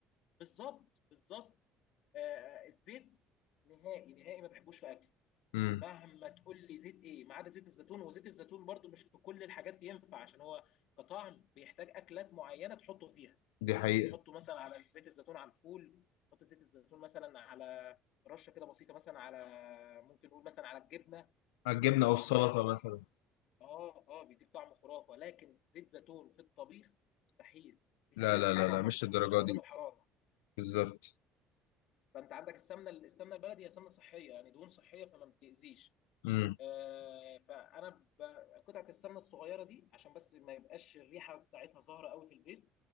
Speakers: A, on the left (about 65°); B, on the left (about 85°).
A: بالظبط بالظبط آه، الزيت نهائي نهائي ما بحبوش في اكل
B: امم
A: مهما تقول لي زيت ايه ما عدا زيت الزيتون وزيت الزيتون برضو مش في كل الحاجات ينفع عشان هو كطعم بيحتاج اكلات معينه تحطه فيها
B: دي حقيقة
A: تحطه مثلا على زيت الزيتون على الفول تحط زيت الزيتون مثلا على رشه كده بسيطه مثلا على ممكن نقول مثلا على الجبنه بيديك
B: الجبنة او
A: طعم
B: السلطة
A: خرافي
B: مثلا
A: اه اه بيديك طعم خرافه لكن زيت زيتون في الطبيخ مستحيل بيتحرق
B: لا لا
A: بسرعه
B: لا لا مش
A: ما بيستحملش
B: الدرجة
A: درجات
B: دي
A: الحراره
B: بالظبط
A: فانت عندك السمنه السمنه البلدي هي سمنه صحيه يعني دهون صحيه فما بتاذيش
B: امم
A: آه، فانا ب... قطعه السمنه الصغيره دي عشان بس ما يبقاش الريحه بتاعتها ظاهره قوي في البيض